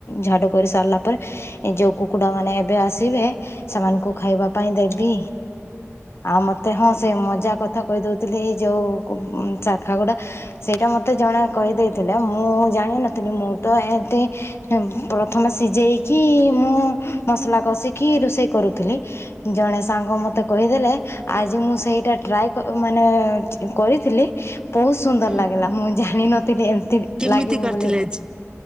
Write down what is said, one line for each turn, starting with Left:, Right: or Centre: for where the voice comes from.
Left: ଝାଡ଼ୁ କରି ସାରିଲା ପରେ ଏ ଯୋଉ କୁକୁଡା ମାନେ ଏବେ ଆସିବେ ସେମାନଙ୍କୁ ଖାଇବା ପାଇଁ ଦେବି। ଆଉ ମୋତେ ହଁ ସେ ମଜା କଥା କହିଦେଉଥିଲି ଏଇ ଯେଉ ଶାଖାଗୁଡ଼ା ସେଇଟା ମତେ ଜଣେ କହିଦେଇଥିଲେ। ମୁଁ ଜାଣିନଥିଲି। ମୁଁ ତ ଏନ୍ତି ପ୍ରଥମେ ସିଝେଇକି ମୁଁ ମସଲା କଷିକି ରୋଷେଇ କରୁଥିଲି। ଜଣେ ସାଙ୍ଗ ମୋ ମତେ କହିଦେଲେ। ଆଜି ମୁଁ ସେଇଟା ଟ୍ରାଏ ମାନେ କରିଥିଲି। ବହୁତ ସୁନ୍ଦର
Right: ହୁଁ
Left: ଲାଗିଲା। ମୁଁ ଜାଣିନଥିଲି ଏମତି
Right: କେମିତି
Left: ଲାଗିବ
Right: କରିଥିଲେ
Left: ବୋଲି।
Right: ଆଜି?